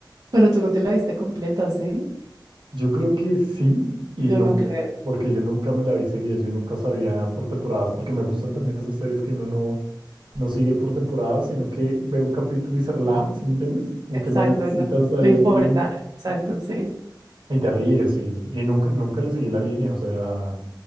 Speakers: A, on the right; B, on the right.
A: pero tú no te la viste completa, ¿sí?
B: Yo creo que sí y
A: Yo
B: no,
A: no creo.
B: porque yo nunca me la vi seguida, yo nunca sabía por temporadas, porque me gustan también esas series que uno no, no sigue por temporadas, sino que ve un capítulo y se relaja, ¿sí me entiendes? Como
A: Exacto,
B: que no necesitas
A: no,
B: ahí
A: no importa.
B: el...
A: Exacto, sí.
B: Y te ríes y, y nunca, nunca le seguí la línea, o sea,